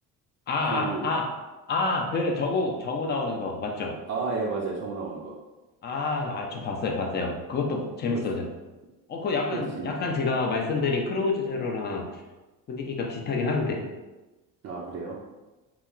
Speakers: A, on the left; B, on the right.
A: 아,
B: 그
A: 아, 아, 아, 그 저구, 저구 나오는 거 맞죠?
B: 아, 예, 맞아요. 정우 나오는 거
A: 아, 아, 저 봤어요, 봤어요. 그것도 재밌었어요.
B: 보셨어요?
A: 어, 그거 약간,
B: 그것도 재밌죠.
A: 약간 제가 말씀드린 크로우즈 제로랑 분위기가 비슷하긴 한데.
B: 아, 그래요?